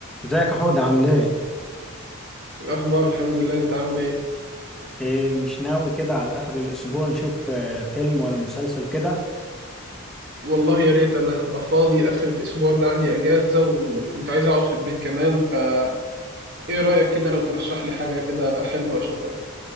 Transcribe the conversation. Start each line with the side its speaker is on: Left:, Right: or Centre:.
Centre: ازيك يا حود عامل ايه؟
Right: الأخبار الحمد لله أنت عامل إيه؟
Centre: ايه مش ناوي كده على اخر الاسبوع نشوف آه، فيلم ولا مسلسل كده؟
Right: والله يا ريت أنا هبقى فاضي آخر الأسبوع ده عندي أجازة وكنت عايز أقعد في البيت كمان فإيه رأيك كده لو ترشح لي حاجة كده حلوة أشوفها؟